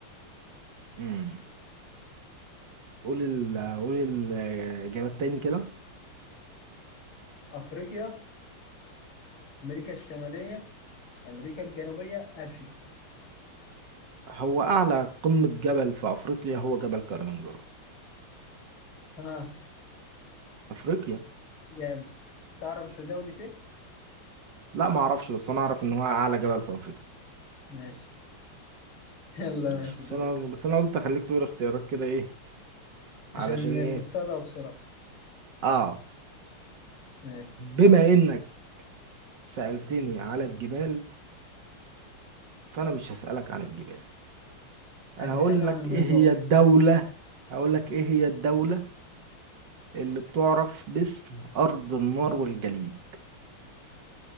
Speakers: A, on the right; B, on the left.
A: مم. قول ال قول الجبل تاني كده
B: أفريقيا أمريكا الشمالية أمريكا الجنوبية آسيا
A: هو اعلى قمة جبل في افريقيا هو جبل كليمنجارو
B: ها
A: افريقيا
B: جامد تعرف في دولة ايه؟
A: لا ما اعرفش بس انا اعرف ان هو اعلى جبل في افريقيا
B: ماشي <laughs> يلا
A: ماشي
B: ماشي
A: بس
B: دور
A: انا بس انا قلت اخليك تقول اختيارات كده ايه
B: عشان
A: علشان ايه
B: تصطادها بسرعة
A: اه
B: ماشي
A: بما انك سألتني على الجبال فانا مش هسألك عن الجبال
B: هتستنى
A: انا هقول
B: عن
A: لك
B: الهضاب
A: ايه هي الدولة هقول لك ايه هي الدولة اللي بتعرف باسم ارض النار والجليد